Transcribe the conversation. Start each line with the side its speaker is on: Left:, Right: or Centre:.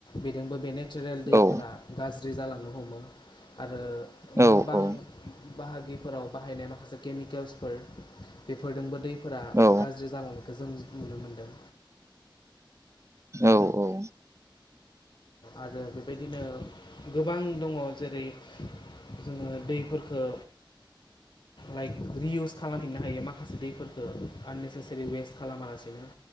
Left: बेदोंबो बेनो नेसेरेल दैफोरा
Right: औ
Left: गाज गाज्रि जालांनो हमो। आरो न
Right: औ
Left: बां
Right: औ
Left: बाहागिफोराव बाहायनाय माखासे केमिकेल्सफोर बेफोरदोंबो दै फोरा
Right: औ
Left: गाज्रि जालांदों खो जों नुनो मोनदों।
Right: औ औ
Left: आरो बेबायदिनो गोबां दंङ जेरै जोंङो दैफोरखो लाइक रिइउस खालामफिननो हायो माखासे दैफोरखो आननेसेसारि वेस्ट खालामालासिनो